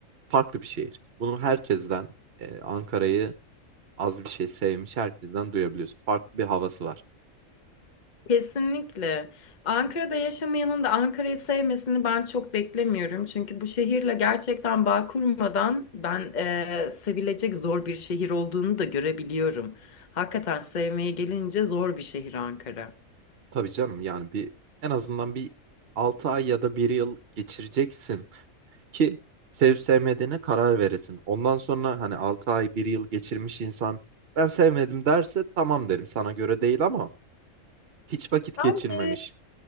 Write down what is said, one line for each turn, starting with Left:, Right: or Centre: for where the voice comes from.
Right: farklı bir şehir. Bunu herkesten e, Ankara'yı az bir şey sevmiş herkesten duyabiliyorsun. Farklı bir havası var.
Left: Kesinlikle. Ankara'da yaşamayanın da Ankara'yı sevmesini ben çok beklemiyorum. Çünkü bu şehirle gerçekten bağ kurmadan ben eee, sevilecek zor bir şehir olduğunu da görebiliyorum. Hakikaten sevmeye gelince zor bir şehir Ankara.
Right: Tabii canım yani bir en azından bir 6 ay ya da bir yıl geçireceksin ki sevip sevmediğine karar veresin. Ondan sonra hani 6 ay bir yıl geçirmiş insan ben sevmedim derse tamam derim sana göre değil ama hiç vakit geçirmemiş.
Left: Evet.